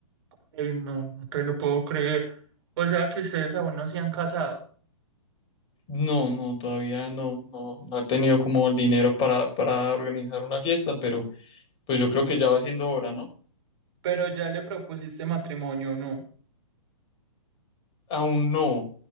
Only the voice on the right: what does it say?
Ey, no, no te lo puedo creer. O sea que ustedes aún no se han casado,
pero ya le propusiste matrimonio, ¿no?